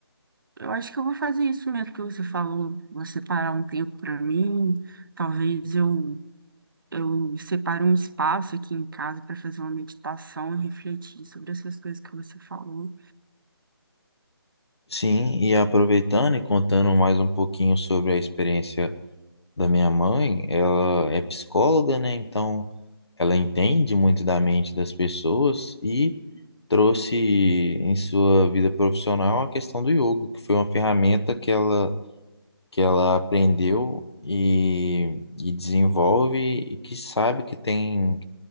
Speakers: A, on the right; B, on the left.
A: Eu acho que eu vou fazer isso mesmo que você falou, vou separar um tempo para mim, talvez eu Eu separe um espaço aqui em casa para fazer uma meditação e refletir sobre essas coisas que você falou.
B: Sim, e aproveitando e contando mais um pouquinho sobre a experiência da minha mãe, ela é psicóloga, né? Então, ela entende muito da mente das pessoas e trouxe em sua vida profissional a questão do yoga, que foi uma ferramenta que ela, que ela aprendeu e, e desenvolve e que sabe que tem